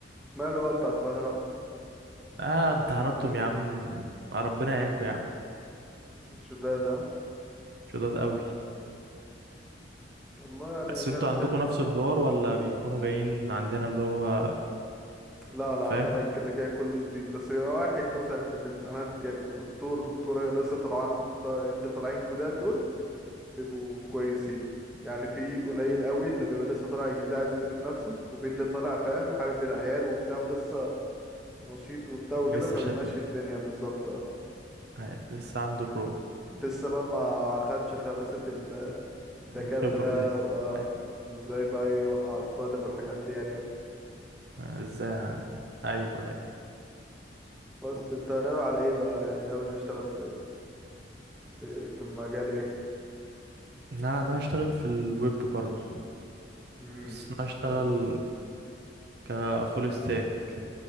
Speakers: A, in the centre; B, on the right.
A: ماله بقى بتاع القاهرة
B: اه امتحاناتكم يا عم آه، ربنا يعينكم يا عم
A: مش ده ده
B: شداد قوي
A: والله يعني
B: بس
A: مش
B: انتوا
A: عارف
B: عندكم
A: ده
B: نفس الحوار ولا بيكونوا جايين عندنا اللي هو
A: لا لا
B: فاهم
A: عندنا كده كده كله جديد بس بيبقى واحد مثلا في الامتحانات يعني ودكتور دكتورة لسه طالعين ط- اللي طالعين جداد دول بيبقوا كويسين يعني في قليل قوي اللي بيبقى لسه طالع جديد عايز يثبت نفسه وفي اللي طالع فاهم حابب العيال وبتاع ولسه نشيط وبتاع وكده
B: لسه
A: فبيمشي
B: شباب
A: الدنيا بالظبط
B: آه، لسه عنده الروح
A: لسه بقى ما خدش خباثة ال- الدكاترة
B: الخبرة
A: اه
B: لسه أيوة.
A: وان ازاي بقى يوقع الطالب والحاجات دي يعني اوي
B: آه، ازاي عن... ايوه ايوه
A: بس انت ناوي على ايه بقى يعني ناوي تشتغل في في في مجال ايه
B: لا انا هشتغل في الويب برضو
A: امم
B: بس انا هشتغل
A: كويس
B: كفول ستاك